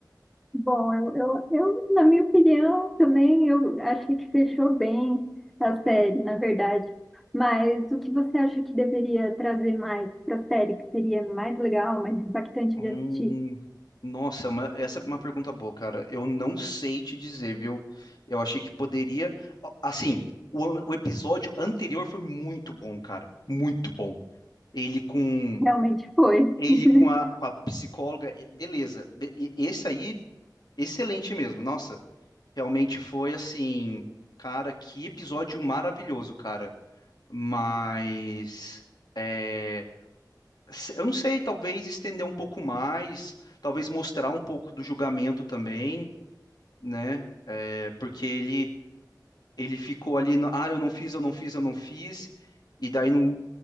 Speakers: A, in the centre; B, on the left.
A: Bom, eu, eu, eu, na minha opinião, também eu achei que fechou bem a série, na verdade. Mas o que você acha que deveria trazer mais para a série, que seria mais legal, mais impactante
B: Hum,
A: de assistir?
B: nossa, ma- essa é uma pergunta boa, cara. Eu não sei te dizer, viu? Eu achei que poderia. Ó, Assim, o, an- o episódio anterior foi muito bom, cara. Muito bom. Ele com
A: Realmente foi.
B: ele
A: <laughs>
B: com a, com a psicóloga, eh, beleza. Be- e- Esse aí, excelente mesmo. Nossa, realmente foi assim, cara, que episódio maravilhoso, cara. Mas. eh, se- Eu não sei, talvez estender um pouco mais, talvez mostrar um pouco do julgamento também, né? É, porque ele ele ficou ali, no, ah, eu não fiz, eu não fiz, eu não fiz, e daí no,